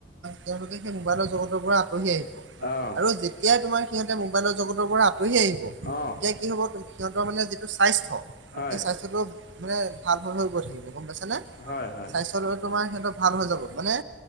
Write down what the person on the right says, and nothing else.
তেওঁলোকে সেই মোবাইলৰ জগতৰ পৰা আঁতহি আহিব।
আৰু যেতিয়াই তোমাৰ সিহঁতে মোবাইলৰ জগতৰ পৰা আঁতৰি আহিব
তেতিয়া কি হ'ব সিহঁতৰ মানে যিটো স্বাস্থ্য
সেই স্বাস্থ্যটো মানে ভাল হৈ হৈ গৈ থাকিব গম পাইছানে,
স্বাস্থ্যটো তোমাৰ সিহঁতৰ ভাল হৈ যাব মানে